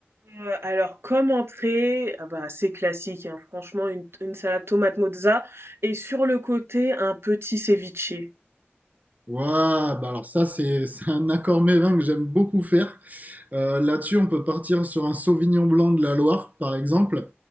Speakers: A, on the right; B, on the right.
A: Euh, alors, comme entrée, ah bah, c'est classique, hein, franchement, une, une salade tomate mozza et sur le côté, un petit ceviche.
B: Waouh, bah alors ça, c'est <laughs> c'est un accord mévin que j'aime beaucoup faire. Euh, là-dessus, on peut partir sur un Sauvignon blanc de la Loire, par exemple,